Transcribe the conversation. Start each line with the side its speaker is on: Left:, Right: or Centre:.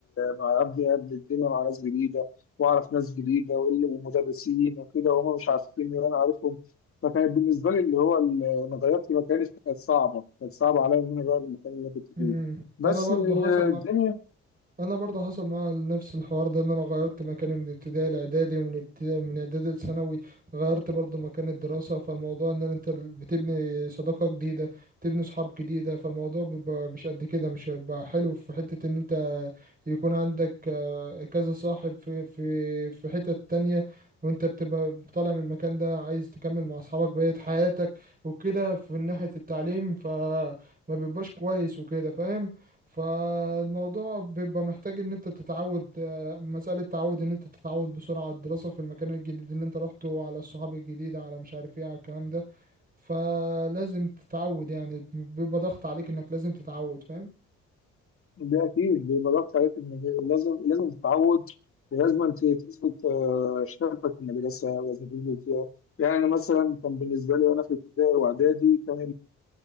Left: مع هبني هبني الدنيا مع ناس جديده واعرف ناس جديده وال- ومدرسين وكده وهم مش عارفين وانا عارفهم فكانت بالنسبه لي اللي هو ال- انا غيرت مكاني كانت صعبه كانت صعبه عليا ان انا اغير المكان اللي انا كنت فيه
Right: مم.
Left: بس
Right: انا برضو
Left: آه،
Right: حصل معايا
Left: الدنيا
Right: انا برضه حصل معايا نفس الحوار ده ان انا غيرت مكاني من ابتدائي لاعدادي ومن ابتدائي من اعدادي لثانوي غيرت برضه مكان الدراسه فالموضوع ان انت بتبني صداقه جديده بتبني صحاب جديده فالموضوع بيبقى مش قد كده مش هيبقى حلو في حته ان انت يكون عندك آه، كذا صاحب في في في حتة تانية وانت بتبقى طالع من المكان ده عايز تكمل مع اصحابك بقية حياتك وكده في ناحية التعليم فما بيبقاش كويس وكده فاهم فالموضوع بيبقى محتاج ان انت تتعود آه، مسألة تعود ان انت تتعود بسرعة على الدراسة في المكان الجديد اللي انت روحته على الصحاب الجديدة على مش عارف ايه على الكلام ده فلازم تتعود يعني بيبقى ضغط عليك انك لازم تتعود فاهم
Left: ده اكيد بيبقى ضغط عليك ان لازم لازم تتعود ولازم ت- تثبت آه، شغفك في المدرسه ولازم تثبت فيها. يعني انا مثلا كان بالنسبه لي وانا في ابتدائي واعدادي كان